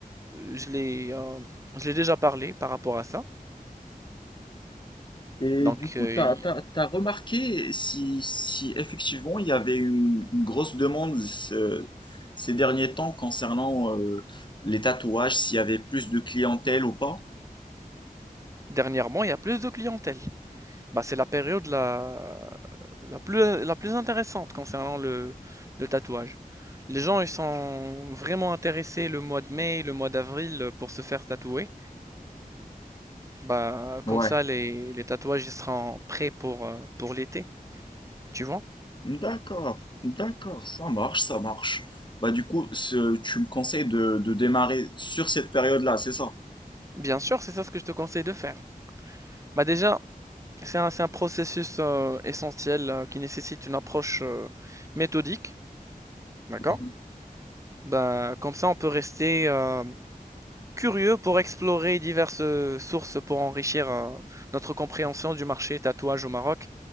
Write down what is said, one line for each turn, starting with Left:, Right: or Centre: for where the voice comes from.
Right: je l'ai euh, je l'ai déjà parlé par rapport à ça.
Left: Et
Right: Donc
Left: du coup,
Right: euh,
Left: t'as,
Right: il-
Left: t'as, t'as remarqué si, si effectivement il y avait une, une grosse demande ce- ces derniers temps concernant euh, les tatouages, s'il y avait plus de clientèle ou pas?
Right: dernièrement, il y a plus de clientèle. Bah, c'est la période la, la plus, la plus intéressante concernant le, le tatouage. Les gens, ils sont vraiment intéressés le mois de mai, le mois d'avril euh, pour se faire tatouer. Bah,
Left: Ouais.
Right: comme ça, les, les tatouages, ils seront prêts pour, euh, pour l'été, tu vois?
Left: D'accord, d'accord, ça marche, ça marche. Bah du coup, ce- tu me conseilles de, de démarrer sur cette période-là, c'est ça?
Right: Bien sûr, c'est ça ce que je te conseille de faire. Bah, déjà, c'est un, c'est un processus euh, essentiel euh, qui nécessite une approche euh, méthodique, d'accord?
Left: Mhm.
Right: Bah, comme ça, on peut rester... euh, curieux pour explorer diverses euh, sources pour enrichir euh, notre compréhension du marché tatouage au Maroc